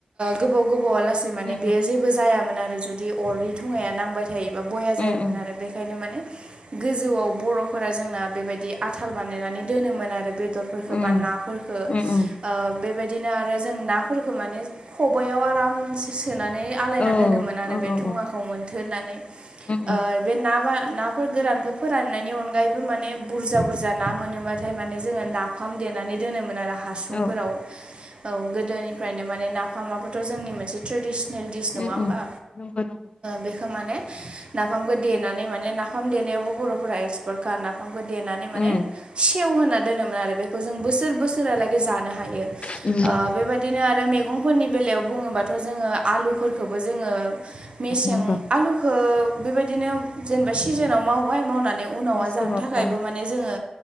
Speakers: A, on the right (about 45°); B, on the left (about 50°).
A: गोबाव गोबाव आलासि माने
B: उम
A: बेयो जेबो जायामोन आरो जुदि अरनि धुङाया नांबाय थायो एबा बयाजायामोन
B: उम उम
A: आरो बेखायनो माने गोजौआव बर'फोरा जोंना बेबायदि आथाल बानायनानै दोनोमोन आरो बेदरफोरफोरखौ
B: उम
A: बा नाफोरखो
B: उम उम
A: बे बेबायदिनो आरो जों नाफोरखो माने खबाइआव आरामसे सोनानै आलायना
B: औ
A: दोनोमोन आरो बे
B: औ
A: धुङाखौ मोनथो होननानै
B: उम
A: ओ
B: उम
A: बे ना ना फोर गोरानखौ फोराननायनि अनगायैबो माने बुरजा बुरजा ना मोनोबाथाय माने जोङो नाफाम देनानै दोनोमोन आरो हासुंफोराव
B: औ
A: औ गोदोनिफ्रायनो माने नाफामाबोथ' जोंनि मोनसे ट्रेडिसनेल दिडस
B: उम
A: नङा
B: उम
A: होमबा
B: नंगौ नंगौ
A: बेखौ माने नाफामखौ देनानै माने नाफाम देनायावबो बर'फोरा एक्सपार्ट खा नाफामखौ देनानै माने
B: उम
A: सेवहोना दोनोमोन आरो बेखौ जों बोसो सोर बोसोरहालागै जानो हायो
B: उम
A: बेबाय बिब्दिनो आरो मैगंफोरनि बेलायाव बुङोबाथ' जोङो आलुफोरखौबो जोङो मेसें
B: नंगौ
A: आलुखौ बेबायदिनो जेनेबा सिजोनाव मावबाय मावनानै उनावा
B: मेसेङाव
A: जानो थाखायबो
B: औ
A: माने जोङो